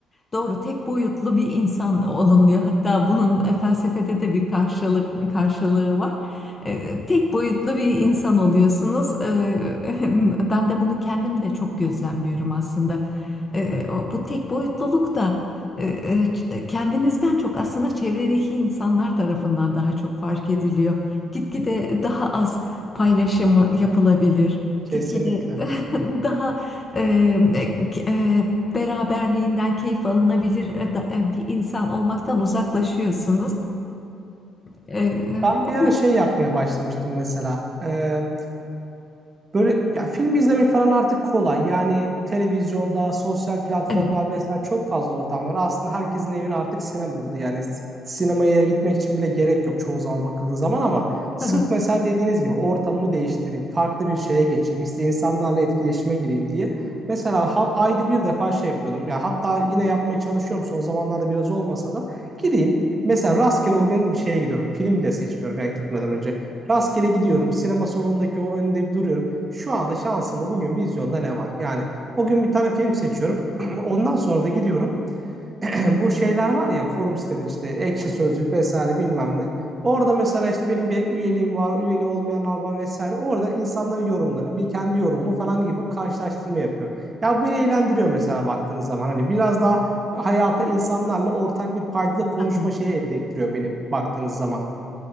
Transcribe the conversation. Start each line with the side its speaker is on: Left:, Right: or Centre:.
Left: Doğru, tek boyutlu bir insan olunuyor. Hatta bunun e, felsefede de bir karşılık karşılığı var. Ee, tek boyutlu bir insan oluyorsunuz. Ee, <laughs> ben de bunu kendim de çok gözlemliyorum aslında. Ee, o- bu tek boyutluluk da e, e, ç- e, kendinizden çok aslında çevredeki insanlar tarafından daha çok fark ediliyor. Gitgide daha az paylaşımı yapılabilir.
Right: Kesinlikle.
Left: Gitgide <laughs> daha e, e, e, beraberliğinden keyif alınabilir e, da- e, bir insan olmaktan uzaklaşıyorsunuz. E,
Right: Ben
Left: o-
Right: bir ara şey yapmaya başlamıştım mesela. Ee, Böyle ya film izlemek falan artık kolay. Yani televizyonda, sosyal platformlar
Left: evet,
Right: vesaire çok fazla ortam var. Aslında herkesin evine artık sinema oldu. Yani s- sinemaya gitmek için bile gerek yok çoğu zaman bakıldığı zaman ama sırf
Left: tabii.
Right: mesela dediğiniz gibi ortamımı değiştireyim, farklı bir şeye geçeyim, işte insanlarla etkileşime gireyim diye. Mesela ha- ayda bir defa şey yapıyordum. Ya hatta yine yapmaya çalışıyorum son zamanlarda biraz olmasa da gireyim. Mesela rastgele o gün bir şeye gidiyorum. Film bile seçmiyorum yani gitmeden
Left: Aha,
Right: önce. Rastgele gidiyorum. Sinema salonundaki o önünde duruyorum şu anda şansıma bugün vizyonda ne var? Yani o gün bir tane film seçiyorum. <clears throat> <laughs> Ondan sonra da gidiyorum. <clears throat> <laughs> Bu şeyler var ya forum siteleri işte Ekşi
Left: evet,
Right: Sözlük vesaire bilmem ne. Orada mesela işte benim bir üyeliğim var, üyeli olmayanlar var vesaire. Orada insanların yorumlarını, bir kendi yorumumu falan yapıp karşılaştırma yapıyorum. Ya bu beni eğlendiriyor mesela baktığınız zaman. Hani biraz
Left: evet.
Right: daha hayata insanlarla ortak bir paydada konuşma
Left: Aha,
Right: şeyi elde ettiriyor beni baktığınız zaman.